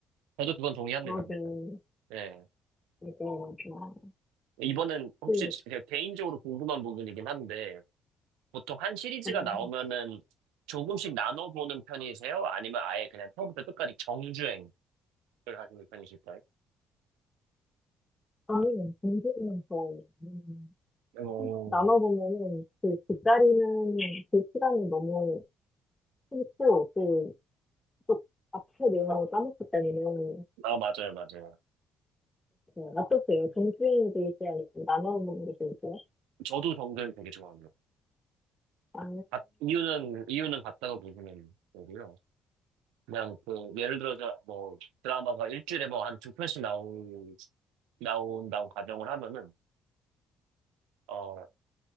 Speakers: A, on the right; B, on the left.
A: 저도 그건 동의합니다.
B: 맞아요.
A: 그래서. 네.
B: 맞아요, 맞아요.
A: 이번엔 혹시
B: 그,
A: 제가 개인적으로 궁금한 부분이긴 한데, 보통 한 시리즈가
B: 네.
A: 나오면은 조금씩 나눠보는 편이세요? 아니면 아예 그냥 처음부터 끝까지 정주행을 하시는 편이실까요?
B: 저는 공부는 좋아요. 음,
A: 오.
B: 나눠보면은 그 기다리는 그 시간이 너무 싫고, 또, 또 앞에 내용을 까먹기 때문에
A: 아, 맞아요, 맞아요.
B: 있어요. 어떠세요? 정주행 드지요아 나눠 보는 게 좋을까요
A: 저도 정주행 되게 좋아합니다.
B: 아,
A: 같- 이유는, 이유는 같다고 보시면 되고요. 그냥 그 예를 들어서 뭐 드라마가 일주일에 뭐 한 두 편씩 나오 나온다고 가정을 하면은 어